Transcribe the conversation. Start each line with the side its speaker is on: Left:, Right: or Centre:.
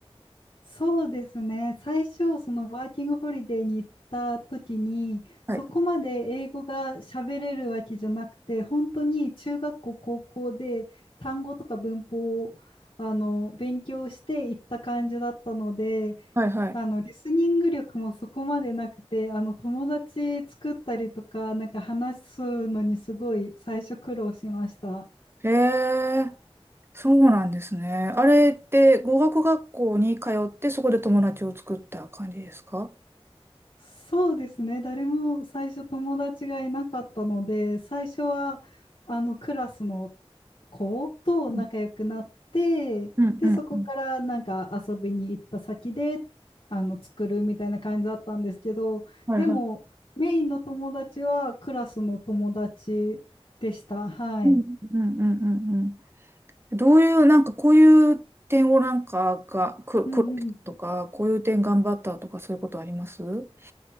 Left: そうですね。最初、そのワーキングホリデーに行った時に、そこまで英語が喋れるわけじゃなくて、
Right: はい。
Left: 本当に中学校、高校で単語とか文法をあの勉強して行った感じだったので、
Right: はいはい。
Left: あのリスニング力もそこまでなくて、あの友達作ったりとか、なんか話すのにすごい最初苦労しました。
Right: へえ、そうなんですね。あれって語学学校に通って、そこで友達を作った感じですか
Left: そうですね。誰も最初友達がいなかったので、最初はあのクラスの子と仲良くなって、
Right: うんうんうんうん。
Left: で、そこからなんか遊びに行った先であの作るみたいな感じだったんですけど、
Right: はいはい。
Left: でもメインの友達はクラスの友達でした。はい。
Right: うんうんうんうんうん。どういう、なんかこういう点をなんかがく苦労したとか、
Left: うん
Right: こういう点頑張ったとかそういうことありますう